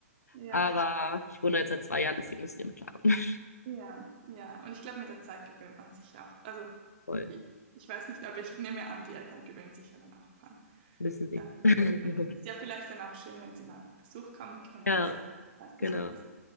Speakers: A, on the right; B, on the left.
A: ja,
B: aber ich wohne jetzt seit zwei Jahren, deswegen müssen die mit klarkommen.
A: ja, ja. Und ich glaube, mit der Zeit gewöhnt man sich ja auch. Also,
B: <laughs> Voll,
A: ich, ich weiß nicht, aber ich nehme an, die Eltern gewöhnen sich ja dann auch dran.
B: müssen sie.
A: Ja.
B: <laughs>
A: Ist ja vielleicht dann auch schön, wenn sie mal auf Besuch kommen können
B: Ja,
A: oder so. Weißt
B: genau.
A: du, so etwas.